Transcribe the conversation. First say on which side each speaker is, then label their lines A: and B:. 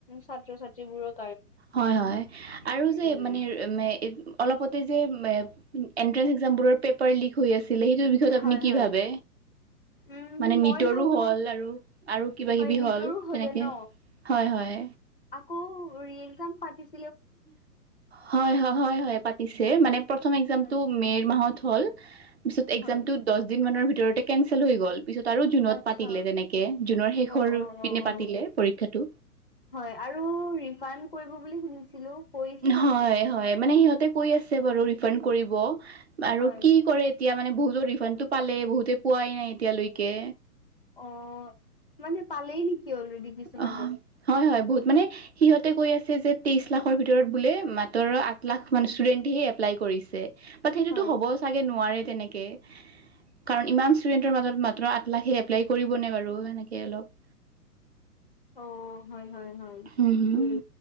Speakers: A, on the left (about 40°); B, on the right (about 45°).
A: ছাত্ৰ ছাত্ৰীবোৰক।
B: হয়, হয় আৰু যে,
A: উম
B: মানে অলপতে যে <unintelligible>
A: হয় হয় উম
B: মানে নিতৰো
A: মই ভাবো
B: হ'ল আৰু আৰু কিবা-কিবি
A: হয় নিটৰো
B: হ'ল
A: হলে
B: তেনেকে।
A: ন
B: হয়, হয়।
A: আকৌ ৰি এক্সাম পাতিছে।
B: হয়, হয়, হয়, হয়, পাইছে। চে প্ৰথম একজাম
A: আচ্ছা
B: টো মে মাহত হ'ল পিছত একজাম
A: হয়
B: টো দহ দিন মানৰ ভিতৰতে কেনচেল হৈ গ'ল। পিছত আৰু জুনত
A: আচ্ছা
B: পাতিলে তেনেকে, জুনৰ শেষৰ
A: অ অ অ অ
B: পিনে পাতিলে পৰীক্ষাটো।
A: হয় আৰু ৰিফাইণ্ড কৰিব বুলি শুনিছিলো। কৰিছে জানো
B: হয় হয় মানে সিহঁতে কৈ আছে বাৰু ৰিফাউন্ড কৰিব, আৰু
A: হয়
B: কি কৰে এতিয়া মানে বহুতো ৰিফাণ্ডটো পালে বহুতে পোৱাই নাই এতিয়ালৈকে।
A: অ মানে পালেই কিয় অলৰেডি কিছুমানে
B: অ' হয় হয় বহুত মানে সিহঁতে কৈ আছে যে তেইশ লাখৰ ভিতৰত বোলে মাত্ৰ আঠ লাখ মান ষ্টুডেন্টহে এপ্লাই কৰিছে। সেইটোতো
A: হয়
B: হ'ব চাগে নোৱাৰে তেনেকে। কাৰণ ইমান ষ্টুডেণ্টৰ মাজত মাত্ৰ আঠ লাখে এপ্লাই কৰিব নে বাৰু সেনেকে অলপ।
A: অ হয় হয় হয়েই।
B: হুম হুম।